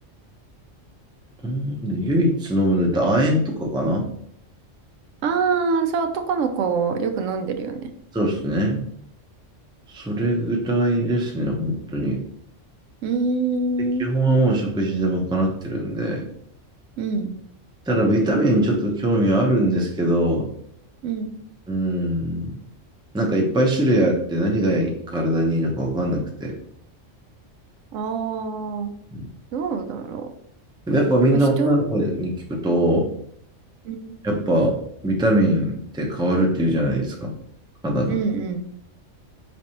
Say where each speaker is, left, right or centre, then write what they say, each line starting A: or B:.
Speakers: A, in the centre; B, on the right.
A: うん唯一飲むのって亜鉛とかかな
B: ああ、そう、男の子よく飲んでるよね。
A: そうですね。それぐらいですね、本当に。
B: うーん。
A: で、基本はもう食事で賄ってるんで。
B: うん。
A: ただ、ビタミンちょっと興味はあるんですけど、
B: うん。
A: うん、なんかいっぱい種類あって何が体にいいのかわかんなくて。
B: ああ、
A: うん
B: どうだろう。
A: でやっぱみんな女の子に聞くと、
B: まあ、人に、うん。
A: やっぱビタミンって変わるっていうじゃないですか、肌が。
B: うんうん。